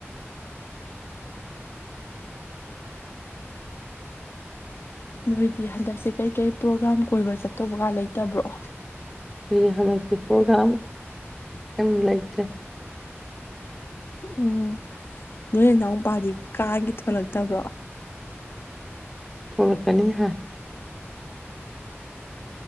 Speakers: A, in the centre; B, on the left (about 55°).
A: <inaudible>
B: ꯅꯣꯏꯗꯤ ꯍꯟꯗꯛꯁꯦ ꯀꯩꯀꯩ ꯄ꯭ꯔꯣꯒ꯭ꯔꯥꯝ ꯀꯣꯏꯕ ꯆꯠꯇꯧꯕꯒ ꯂꯩꯇꯕ꯭ꯔꯣ
A: ꯍꯏ ꯍꯟꯗꯛꯇꯤ ꯄ꯭ꯔꯣꯒꯥꯝ ꯀꯝ ꯂꯩꯇ꯭ꯔꯦ
B: ꯎꯝ ꯅꯣꯏ ꯏꯟꯅꯥꯎꯄꯥꯗꯤ ꯀꯥꯒꯤ ꯊꯣꯛꯂꯛꯇꯕ꯭ꯔꯣ
A: ꯐꯣꯔꯀꯅꯤ ꯍꯥꯏ